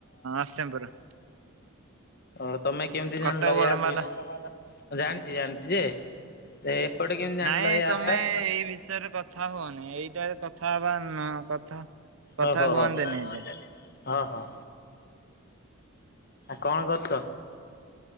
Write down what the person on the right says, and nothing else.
ଅଷ୍ଟେନେ ପୁରୁ।
କଟକ
ବଡମ୍ବା
ନରସିଂ
ନାଇଁ
ତମେ
ଏଇ ବିଷୟରେ କ କଥା ହୁଅନି ଏଇଟାରେ କଥା ହବା ନ କଥା କଥା
ହୁଅନ୍ତିନି
ଏଇଟା